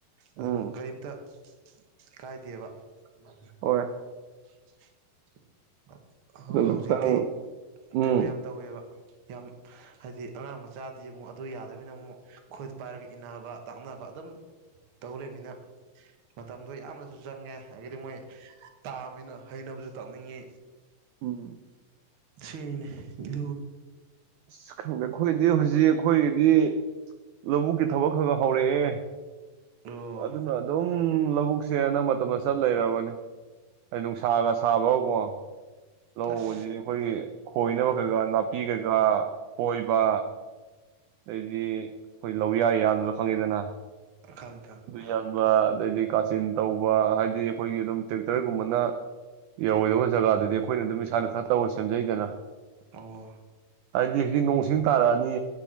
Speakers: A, on the right; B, on the right.
A: ꯎꯝ
B: ꯑꯗꯨꯝ ꯀꯔꯤꯝꯇ ꯀꯥꯏꯗꯦꯕ ꯃꯥ
A: <unintelligible>
B: <unintelligible> ꯑ
A: ꯑꯗꯨ
B: ꯍꯧꯖꯤꯛꯇꯤ
A: ꯈꯤꯇꯪ ꯎꯝ
B: ꯀꯩꯅꯣ ꯌꯥꯝ ꯇꯧꯋꯦꯕ ꯌꯥꯝ ꯍꯥꯏꯗꯤ ꯑꯉꯥꯡ ꯃꯆꯥꯗꯤ ꯑꯃꯨꯛ ꯑꯗꯨ ꯌꯥꯗꯕꯅꯤꯅ ꯑꯃꯨꯛ ꯈꯨꯣꯏꯠ ꯄꯥꯏꯔꯒ ꯏꯟꯅꯕ ꯇꯥꯛꯅꯕ ꯑꯗꯨꯝ ꯇꯧ ꯂꯩꯃꯤꯅ ꯃꯇꯝꯗꯣ ꯌꯥꯝꯅꯁꯨ ꯆꯪꯉꯦ ꯍꯥꯏꯗꯒꯤꯗꯤ ꯃꯣꯏ ꯇꯥꯕꯅꯤꯅ ꯍꯩꯅꯕꯁꯨ ꯇꯥꯛꯅꯤꯡꯉꯤ
A: ꯎꯝ
B: ꯁꯅꯦ ꯔꯤ
A: ꯑꯁ ꯈꯪꯗꯦ ꯑꯩꯈꯣꯏꯗꯤ ꯍꯧꯖꯤꯛ ꯑꯩꯈꯣꯏꯒꯤꯗꯤ ꯂꯧꯕꯨꯛꯀꯤ ꯊꯕꯛ ꯈꯒ ꯍꯧꯔꯛꯑꯦ
B: ꯑꯣ
A: ꯑꯗꯨꯅ ꯑ ꯑꯗꯨꯝ ꯎ ꯂꯧꯕꯨꯛꯁꯦꯅ ꯃꯇꯝꯗ ꯆꯠ ꯂꯩꯔꯕꯅꯤ ꯑꯩ ꯅꯨꯡꯁꯥꯒ ꯁꯥꯕ꯭ꯔꯥꯎꯀꯣ ꯂꯧꯧꯕꯗꯤ
B: ꯑꯁ
A: ꯑꯩꯈꯣꯏꯒꯤ ꯈꯣꯏꯅꯕ ꯀꯩꯀꯥ ꯅꯥꯄꯤ ꯀꯩꯀꯥ ꯀꯣꯏꯕ ꯑꯗꯩꯗꯤ ꯑꯩꯈꯣꯏ ꯂꯧ ꯌꯥꯏ ꯌꯥꯗꯨꯗ ꯈꯪꯉꯤꯗꯅ
B: ꯈꯪꯉꯦ ꯈꯪꯉꯦ
A: ꯖꯕ ꯑꯗꯩꯗꯤ ꯀꯥꯆꯤꯟ ꯇꯧꯕ ꯍꯥꯏꯗꯤ ꯑꯩꯈꯣꯏꯒꯤ ꯑꯗꯨꯝ ꯇ꯭ꯔꯦꯛꯇꯔꯒꯨꯝꯕꯅ ꯌꯧꯋꯗꯕ ꯖꯒꯥꯗꯗꯤ ꯑꯩꯈꯣꯏꯅ ꯑꯗꯨꯝ ꯏꯁꯥꯅ ꯈꯔ ꯇꯧꯔ ꯁꯦꯝꯖꯩꯗꯅ
B: ꯑꯣ
A: ꯍꯥꯏꯗꯤ ꯍꯥꯏꯗꯤ ꯅꯣꯡꯁꯤꯡ ꯇꯥꯔꯛꯑꯅꯤ